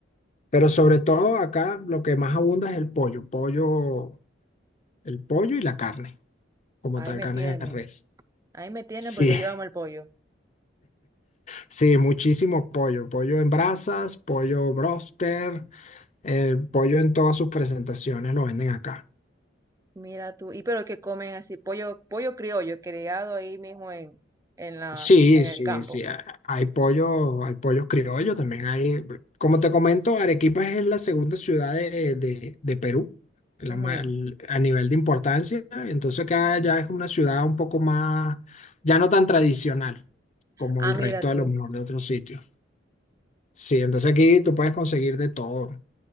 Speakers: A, on the left (about 35°); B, on the right (about 15°).
A: Pero sobre todo acá lo que más abunda es el pollo, pollo, el pollo y la carne, como
B: ahí
A: tal,
B: me
A: carne
B: tienen,
A: de res.
B: ahí me tienen
A: Sí,
B: porque yo amo
A: <laughs>
B: el pollo.
A: sí, muchísimo pollo, pollo en brasas, pollo broster, el pollo en todas sus presentaciones lo venden acá.
B: Mira tú, y pero que comen así, pollo, pollo criollo, criado ahí mismo en, en las,
A: Sí,
B: en
A: sí,
B: el campo.
A: sí. ha- Hay pollo, hay pollos criollos, también hay, como te comento, Arequipa es la segunda ciudad de, de- de Perú la
B: Ujú.
A: ma- el- a nivel de importancia. Entonces acá ya es una ciudad un poco más, ya no tan tradicional como
B: Ah,
A: el
B: mira
A: resto
B: tú.
A: de lo mejor de otros sitios. Sí, entonces aquí tú puedes conseguir de todo,